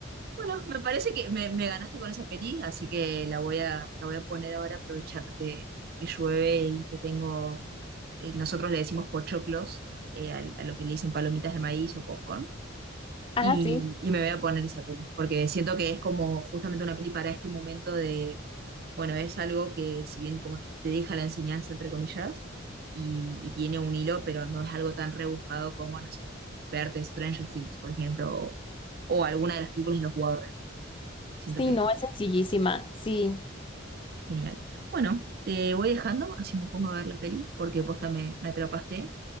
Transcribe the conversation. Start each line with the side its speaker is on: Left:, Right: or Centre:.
Right: Bueno, me parece que me, me ganaste con esa peli, así que la voy a, la voy a poner ahora aprovechando que, que llueve y que tengo, eh, nosotros le decimos pochoclos, eh, al- a, lo que le dicen palomitas de maíz o popcorn,
Left: Ah,
Right: y,
Left: sí.
Right: y me voy a poner esa peli, porque siento que es como justamente una peli para este momento bueno, es algo que si bien como te deja la enseñanza, entre comillas, y, y tiene un hilo, pero no es algo tan rebuscado como, no sé, verte Stranger Things, por ejemplo, o, o alguna de las películas de los Warren. Siento
Left: Sí,
Right: que
Left: no, es sencillísima. Sí,
Right: genial. Bueno, te voy dejando, así me pongo a ver la peli, porque posta me, me atrapaste,